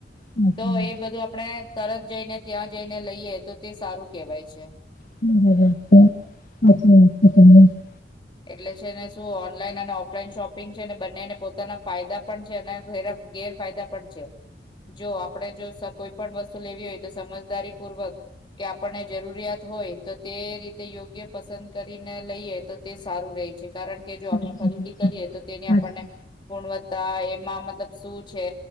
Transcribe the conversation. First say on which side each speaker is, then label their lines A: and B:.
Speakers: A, on the left; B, on the left.
A: હમ
B: તો એ બધું આપણે તરત જઈને ત્યાં જઈને લઈએ તો તે સારું કહેવાય છે.
A: <inaudible>
B: એટલે છે ને, શું ઓનલાઈન અને ઓફલાઈન શોપિંગ છે. ને બંનેને પોતાના ફાયદા પણ છે. અને <unintelligible> ગેરફાયદા પણ છે. જો આપણે જો સ કોઈ પણ વસ્તુ લેવી હોય, તો સમજદારી પૂર્વક કે આપણને જરૂરિયાત હોય તો તે રીતે યોગ્ય પસંદ કરીને લઈએ તો તે સારું રહે છે. કારણ કે જો
A: સાચી
B: આપણે ખરીદી
A: વાત છે
B: કરીએ તો તેને
A: સાચી
B: આપણને ગુણવત્તા એમાં મતલબ શું છે,